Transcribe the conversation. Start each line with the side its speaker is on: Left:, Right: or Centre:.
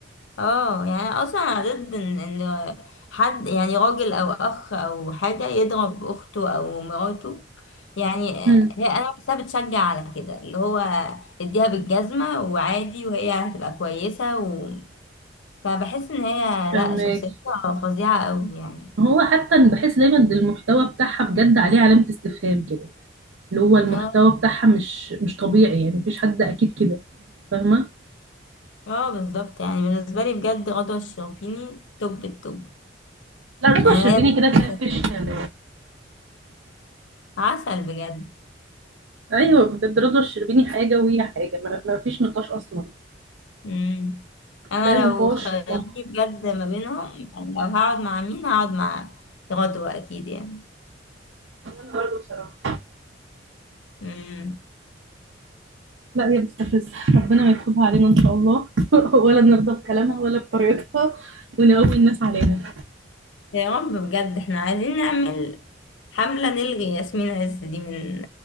Left: اه يعني أنا اصلا انا ضد ان ان حد يعني راجل او اخ او حاجه يضرب اخته او مراته يعني
Right: هم،
Left: هي انا بحسها بتشجع على كده اللي هو اديها بالجزمه وعادي وهي هتبقى كويسه و... فبحس ان هي
Right: فهماك
Left: لا شخصيتها فظيعه قوي يعني
Right: هو حتى بحس دايما إن المحتوى بتاعها بجد عليه علامه استفهام كده اللي هو المحتوى
Left: اه
Right: بتاعها مش مش طبيعي يعني مفيش حد اكيد كده فاهمه
Left: اه بالظبط يعني بالنسبه لي بجد غدوه الشربيني توب التوب
Right: لا رضوى
Left: يعني
Right: الشربيني
Left: هي
Right: كده كده
Left: بجد
Right: مفيش كلام
Left: عسل بجد
Right: ايوه بجد رضوى الشربيني حاجه وهي حاجه ما ما فيش نقاش اصلا
Left: مم. انا
Right: لا نقاش
Left: لو خيروني
Right: اطلاقا
Left: بجد ما بينهم يعني لو هقعد مع مين هقعد مع غدوة اكيد يعني
Right: وانا برضه بصراحه
Left: مم.
Right: لا هي بتستفز ربنا ما يكتبها علينا ان شاء الله <laughs> ولا نرضى بكلامها ولا بطريقتها ونقوي الناس عليها
Left: يا رب بجد احنا عايزين نعمل حملة نلغي ياسمين عز دي من